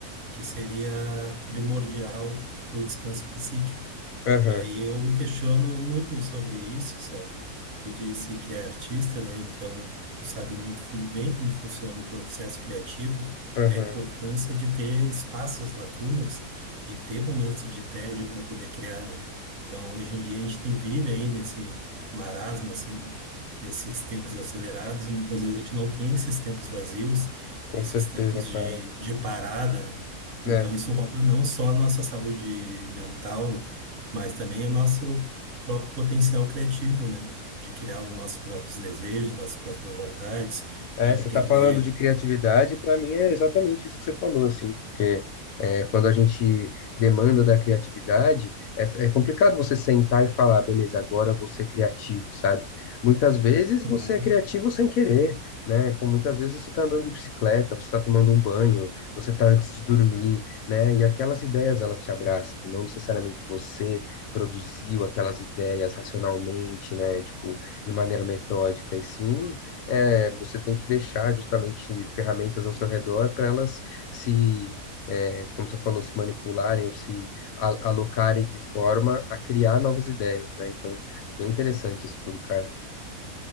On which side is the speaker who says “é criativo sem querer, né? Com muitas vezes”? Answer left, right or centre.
Left